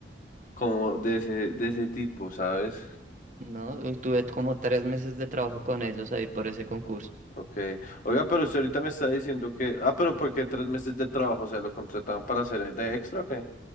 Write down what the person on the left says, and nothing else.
como de ese, de ese tipo, ¿sabes?
Ok. Oiga, pero usted ahorita me está diciendo que. Ah, pero porque tres meses de trabajo? O sea, ¿lo contrataban para hacer de extra o qué?